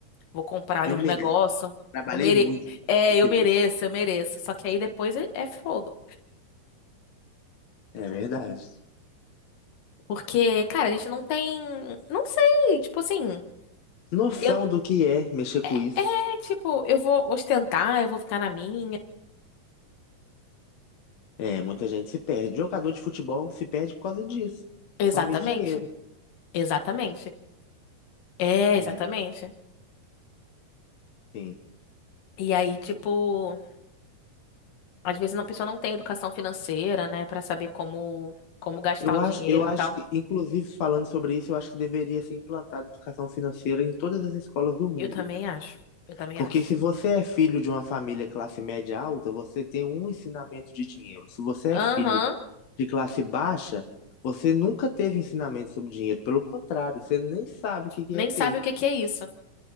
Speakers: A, on the left (about 85°); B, on the left (about 60°).
A: vou comprar
B: Eu
A: ali um
B: mereço.
A: negócio.
B: Trabalhei
A: Eu mere...
B: muito
A: É,
B: esse
A: eu mereço,
B: mês.
A: eu mereço. Só que aí depois é é fogo.
B: É verdade.
A: Porque, cara, a gente não tem. Não sei, tipo assim.
B: noção
A: Eu...
B: do que é mexer com
A: É,
B: isso.
A: é, tipo, eu vou ostentar, eu vou ficar na minha.
B: É, muita gente se perde. Jogador de futebol se perde por causa disso. Fome
A: Exatamente,
B: e dinheiro.
A: exatamente. É,
B: É,
A: exatamente.
B: sim.
A: E aí, tipo, às vezes a pessoa não tem educação financeira, né, Pra saber como, como gastar
B: Eu
A: o
B: acho,
A: dinheiro
B: eu acho
A: e tal.
B: que, inclusive, falando sobre isso, eu acho que deveria ser implantada educação financeira em todas as escolas do mundo.
A: Eu também acho, eu também
B: Porque
A: acho.
B: se você é filho de uma família classe média alta, você tem um ensinamento de dinheiro. Se você
A: Aham,
B: é filho de classe baixa, você nunca teve ensinamento sobre dinheiro. Pelo contrário, você nem sabe o que que
A: nem
B: é ter.
A: sabe o que que é isso.